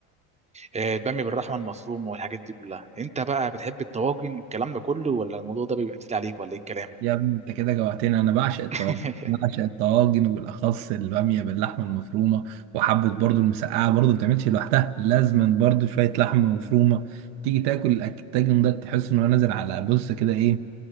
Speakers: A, on the right; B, on the right.
A: آه، الباميه بالرحمه المفروم والحاجات دي كلها انت بقى بتحب الطواجن الكلام ده كله ولا الموضوع ده بيبقى تقيل عليك ولا ايه الكلام
B: يا ابني انت كده جوعتني انا بعشق الطواجن
A: <laughs>
B: بعشق الطواجن وبالاخص الباميه باللحمه المفرومه وحبه برضو المسقعه برضو ما بتعملش لوحدها لازما برضو شويه لحمه مفرومه تيجي تاكل الأك- الطاجن ده تحس انه نازل على بص كده ايه